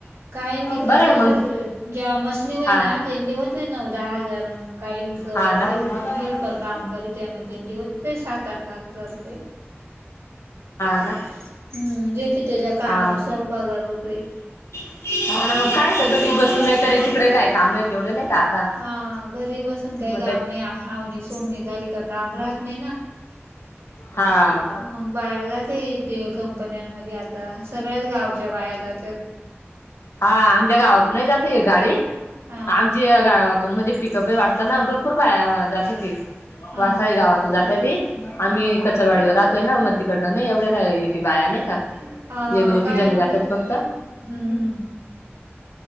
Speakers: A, on the right; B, on the left.
A: कायली
B: बरं
A: कमी
B: आहे मग
A: पडतोय जेवा मसणी होई
B: हा
A: ना तेनली हो हुतोय नऊ, दहा हजार मग. काहींच
B: हा ना. हा
A: हेल्प हेल्पर काम करीत्या मग तेन होतय सात, आठ हजार रुपये.
B: ना
A: हम्म ज्याची त्याच्या कामानुसार
B: हा
A: पगार होतोय.
B: हा ना, मग काय घरी बसून नाही तर तिकडे काय काम आहे तेवढे नाही का आता
A: हा घरी बसून काही
B: मग
A: काम
B: त्या
A: नाही. आवणी सोमनी झाली का काम राहत नाही ना.
B: <inaudible> हा.
A: मग बाया जाते ते कंपन्यांमध्ये आता सगळ्याच गावच्या बाया जातात
B: हा आमच्या गावातून नाही जात एक गाडी.
A: हा
B: आमच्या गावात म्हणजे पिकअप वाटतं ना भरपूर बाया जातेती,
A: हा
B: वाारसाळी गावातून जातेती. आम्ही
A: हा
B: कचरवाडीला राहोय ना, मग तिकडनं नाही एवढे रा येते बाया नाही का.
A: हा
B: एक दोघी
A: कायनली
B: जणी जात्यात फक्त.
A: हम्म, हम्म.